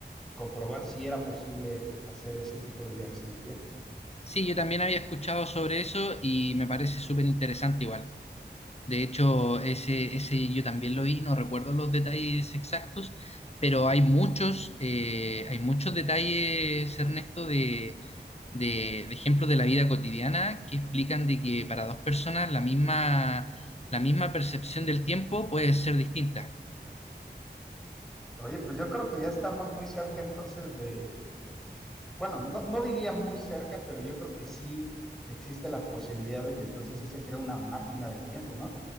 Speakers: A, in the centre; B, on the left.
A: comprobar si era posible hacer ese tipo de viajes en el tiempo.
B: sí, yo también había escuchado sobre eso y me parece súper interesante igual. De hecho, ese, ese yo también lo vi, no recuerdo los detalles exactos, pero hay muchos, eh, hay muchos detalles, Ernesto, de, de, de ejemplos de la vida cotidiana que explican de que para dos personas la misma, la misma percepción del tiempo puede ser distinta.
A: Oye, pues yo creo que ya estamos muy cerca entonces de, de que, bueno, no, no diría muy cerca, pero yo creo que sí existe la posibilidad de que entonces sí se cree una máquina del tiempo, ¿no?